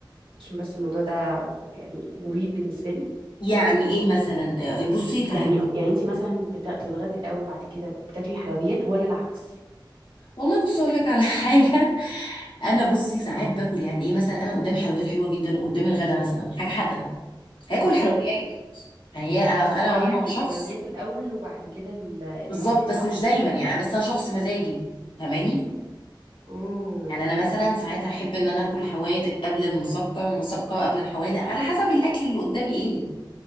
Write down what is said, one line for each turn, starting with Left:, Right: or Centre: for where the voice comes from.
Right: عشان بس الموضوع ده يعني مريب بالنسبه لي
Left: يعني ايه مثلا آه، بصي فهميني
Right: يعني يعني انت مثلا بت- بتتغدي الاول وبعد كده بتاكلي الحلويات ولا العكس
Left: والله بصي اقول لك على <laughs> حاجه انا بصي ساعات باكل يعني ايه مثلا انا قدامي حلويات حلوه جدا وقدامي الغدا مثلا حاجه حادقه هاكل
Right: اها
Left: حلويات يعني هي انا انا
Right: اه
Left: عموما
Right: يعني الحلويات
Left: شخص
Right: الاول وبعد كده ال- الحوادق
Left: بالظبط بس
Right: صح
Left: مش دايما يعني بس انا شخص مزاجي فاهماني
Right: اه
Left: يعني انا مثلا ساعات احب ان انا اكل حوادق قبل المسكر ومسكر قبل الحوادق على حسب الاكل اللي قدامي ايه